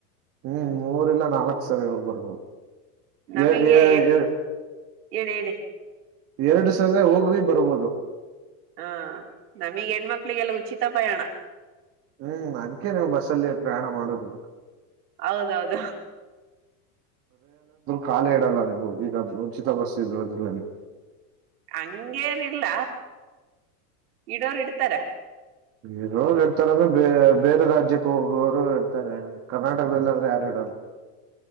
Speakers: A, on the right; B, on the right.
A: ಹ್ಮ್ ಮೂರ್ ಇಲ್ಲ ನಕ್ಳು ಸರಿ ಹೋಗ್ ಬರ್ಬೋದು
B: ನಮಗೆ
A: ಎ ಎ
B: ಹೇಳಿ ಹೇಳಿ
A: ಎರಡು ಸಾಲಿ ಹೋಗಿ ಬರ್ಬೋದು <inaudible>
B: ಹಾ ನಮೀಗ್ ಹೆಣ್ಮಕ್ಳಿಗೆಲ್ಲ ಉಚಿತ ಪಯಣ
A: ಹ್ಮ್ ಅದ್ಕ ನೀವು ಬಸ್ಸಲ್ಲಿ ಪ್ರಯಾಣ ಮಾಡುದು
B: ಹೌದೌದು
A: ಕಲೆ ಇಡಲ್ಲ ನೀವು ಈಗ ಉಚಿತ ಬಸ್ ಅದ್ರ
B: ಹಂಗಗೆೇನಿಲ್ಲ ಇಡೋರು ಇಡ್ತಾರೆ
A: ಇರೋನ್ ಇಡ್ತಾರ ಅಂದ್ರೆ ಬ ಬೇರೆ ರಾಜ್ಯಕ್ಕೆ ಹೋಗೋವರು ಇಡ್ತಾರೆ ಕರ್ನಾಟಕದಲ್ಲಿ ಆದ್ರೆ ಯಾರು ಯಾರ್ <unintelligible>